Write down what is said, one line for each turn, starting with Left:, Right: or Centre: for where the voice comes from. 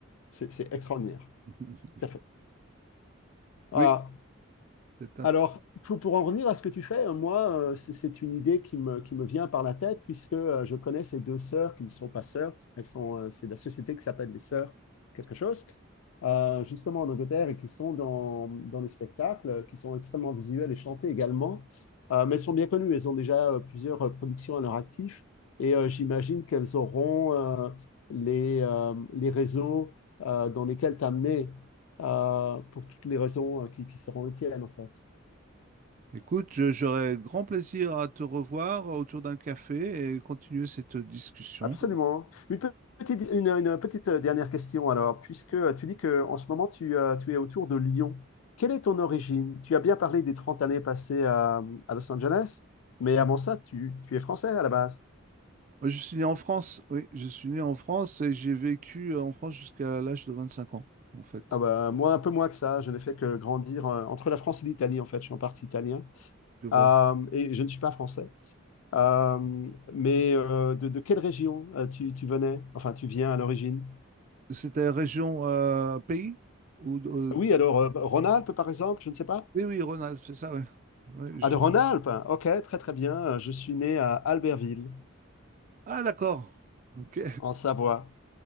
Left: C'est c'est extraordinaire.
Right: <laughs>
Left: Tout à fait. Ah,
Right: Oui, c'est impressionnant.
Left: Alors, pour, pour en revenir à ce que tu fais, euh, moi, euh, c'est c'est une idée qui me, qui me vient par la tête, puisque euh, je connais ces deux sœurs qui ne sont pas sœurs. Elles sont, euh, c'est de la société qui s'appelle les sœurs quelque chose, euh, justement en Angleterre, et qui sont dans, dans les spectacles, euh, qui sont extrêmement visuels et chantés également. Euh, mais elles sont bien connues, elles ont déjà euh, plusieurs euh, productions à leur actif, et euh, j'imagine qu'elles auront euh, les, euh, les réseaux euh, dans lesquels t'amener euh, pour toutes les raisons euh, qui, qui seront les tiennes, en fait.
Right: Écoute, je- j'aurais grand plaisir à te revoir autour d'un café et continuer cette discussion.
Left: Absolument. Une pe- petite, une, une petite euh, dernière question alors, puisque euh, tu dis que en ce moment tu, euh, tu es autour de Lyon, quelle est ton origine? Tu as bien parlé des 30 années passées à, à Los Angeles, mais avant ça, tu, tu es français à la base.
Right: Moi, je suis né en France, oui, je suis né en France et j'ai vécu euh, en France jusqu'à l'âge de 25 ans, en fait.
Left: Ah bah, moi, un peu moins que ça, je n'ai fait que grandir euh, entre la France et l'Italie en fait, je suis en partie italien
Right: Tu vois.
Left: Euh, et je ne suis pas français. Euh, mais euh, de, de quelle région euh, tu, tu venais? Enfin, tu viens à l'origine?
Right: C'était région, euh, pays? Ou, euh,
Left: Oui, alors euh, Rhône-Alpes par exemple, je ne sais pas.
Right: oui, oui, Rhône-Alpes, c'est ça, oui. Oui, je-
Left: Ah, de Rhône-Alpes? hein. Ok, très très bien. Je suis né à Albertville,
Right: Ah, d'accord, ok.
Left: en Savoie.